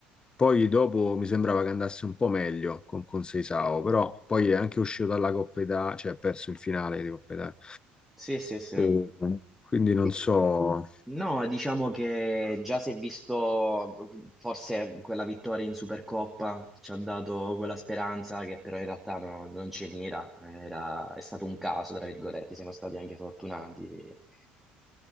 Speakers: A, on the left; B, in the centre.
A: poi dopo mi sembrava che andasse un po' meglio con, con Seisao, però poi è anche uscito dalla Coppa Italia, cioè ha perso in finale di Coppa Italia.
B: Sì, sì, sì.
A: E Quindi non
B: Sì.
A: so.
B: No, diciamo che già si è visto, forse quella vittoria in Supercoppa ci ha dato quella speranza che però in realtà no- non ce n'era, Era- è stato un caso, tra virgolette, siamo stati anche fortunati.